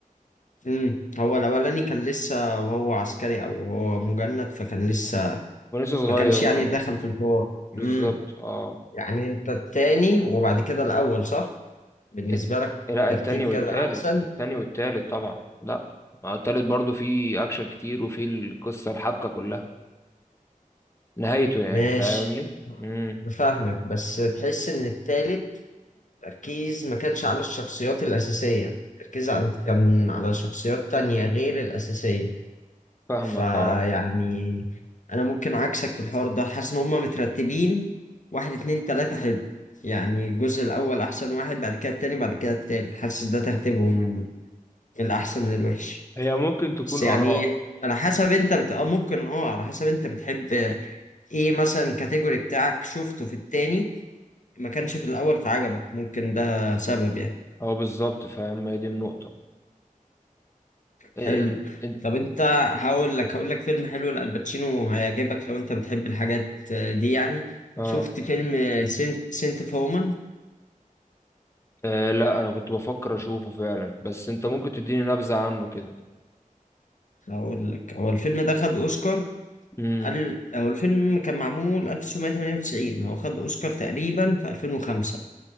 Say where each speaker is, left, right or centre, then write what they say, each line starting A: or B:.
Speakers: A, on the left; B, on the left.
A: امم هو الاولاني كان لسه وهو عسكري او هو مجند فكان لسه
B: ولسه صغير
A: ما كانش
B: برضه
A: يعني دخل في الحوار
B: بالظبط
A: امم
B: اه
A: يعني انت التاني وبعد كده الاول صح بالنسبه
B: الت-
A: لك
B: لا
A: ترتيب
B: التاني والتالت
A: كده احسن
B: التاني والتالت طبعا لا ما هو التالت برضو فيه اكشن كتير وفيه القصة الحبكة كلها نهايته يعني
A: ماشي
B: فاهمني امم
A: بفهمك بس تحس ان التالت تركيز ما كانش على الشخصيات الاساسيه تركيز على كان على شخصيات تانية غير الاساسيه
B: فاهمك
A: فيعني
B: اه
A: انا ممكن عكسك في الحوار ده حاسس ان هما مترتبين واحد اتنين تلاتة حلو يعني الجزء الاول احسن واحد بعد كده التاني بعد كده التالت حاسس ده ترتيبهم من الاحسن للوحش
B: هي ممكن تكون
A: بس يعني
B: اراء
A: على حسب انت بت... آه ممكن اه على حسب انت بتحب ايه مثلا كاتيجوري بتاعك شفته في التاني ما كانش في الاول فعجبك ممكن ده سبب يعني
B: هو بالظبط فاهم هي دي النقطة إيه
A: حلو
B: إيه انت
A: طب انت هقول لك هقول لك فيلم حلو لألباتشينو هيعجبك لو انت بتحب الحاجات دي يعني
B: اه
A: شفت فيلم سنت سنت فومان
B: آه، لا انا كنت بفكر اشوفه فعلا بس انت ممكن تديني نبذة عنه كده
A: هقول لك هو الفيلم ده خد اوسكار
B: امم
A: ال... هو الفيلم كان معمول 1998 هو خد اوسكار تقريبا في 2005